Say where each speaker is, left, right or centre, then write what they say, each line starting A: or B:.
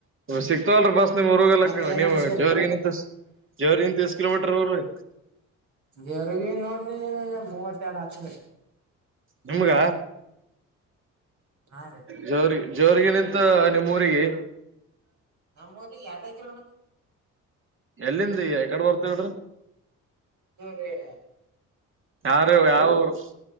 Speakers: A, on the right; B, on the right.
A: ಸಿಕ್ತಲ್ ಬಸ್ ೋಗಲ್ಲಕ್ಕ
B: ಮತ್ತೇನ್
A: ನೀವು
B: ನಡಸೇರಿ
A: ಜೋರಿಗಂತ ಜೋರಿಗಂತ ಎಷ್ಟು ಕಿಲೋಮೀಟರ್ ಅವ್ರರಿ
B: ದೇವ್ರಗ ನೋಡ್ರಿ ಮೂವತ್ತ ಎರಡ್ ಆತದೆ
A: ನಿಮ್ಗ
B: ಹಾ ರೀ
A: ಜರಿ ಜೋರ್ಗ ನಿಂತ ನಿಮ್ಮ ಊರಿಗೆ
B: ನಮ್ಮ ಎರಡೈ ಕಿಮೀಟರ್
A: ಎಲ್ಲಿಂದ ಎಕಡೆ ಬರ್ತ ನೋಡ್ರಿ
B: ಹ <unintelligible>
A: ಯಾರ ಯಾವರು